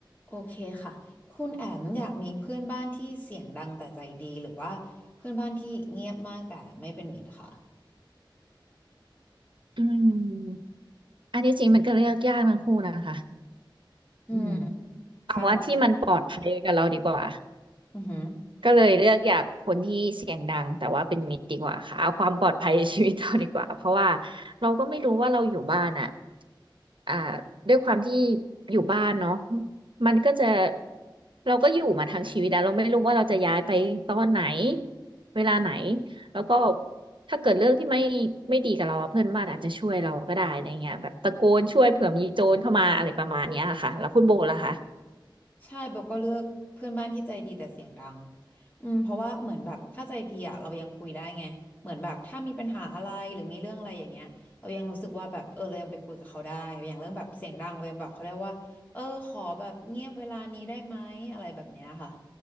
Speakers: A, on the left; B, on the right.
A: โอเคค่ะ คุณแอมอยากมีเพื่อนบ้านที่เสียงดังแต่ใจดีหรือว่าเพื่อนบ้านที่เงียบมากแต่ไม่เป็นมิตรค่ะ
B: อืมอันนี้จริงมันก็เลือกยากนะคู่นะคะ
A: อืม
B: อืมเอาว่าที่มันปลอดภัยกับเราดีกว่า
A: ใช่อือฮึ
B: ก็เลยเลือกอยากคนที่เสียงดังแต่ว่าเป็นมิตรดีกว่าค่ะเอาความปลอดภัยในชีวิตเราดีกว่าเพราะว่าเราก็ไม่รู้ว่าเราอยู่บ้านอ่ะอ่าด้วยความที่อยู่บ้านเนาะมันก็จะเราก็อยู่มาทั้งชีวิตแล้วเราไม่รู้ว่าเราจะย้ายไปตอนไหนเวลาไหนแล้วก็ถ้าเกิดเรื่องที่ไม่ไม่ดีกับเราอะเพื่อนบ้านอาจจะช่วยเราก็ได้อะไรเงี้ยแบบตะโกนช่วยเผื่อมีโจรเข้ามาอะไรประมาณเนี้ยค่ะแล้วคุณโบล่ะคะ
A: ใช่เบลก็เลือกเพื่อนบ้านที่ใจดีแต่เสียงดังอืมเพราะว่าเหมือนแบบถ้าใจดีอ่ะเรายังคุยได้ไงเหมือนแบบถ้ามีปัญหาอะไรหรือมีเรื่องอะไรอย่างเงี้ยเรายังรู้สึกว่าแบบเออเรายังไปคุยกับเขาได้อย่างเรื่องแบบเสียงดังเรายังบอกเขาได้ว่าเออขอแบบเงียบเวลานี้ได้ไหมอะไรแบบเนี้ยค่ะ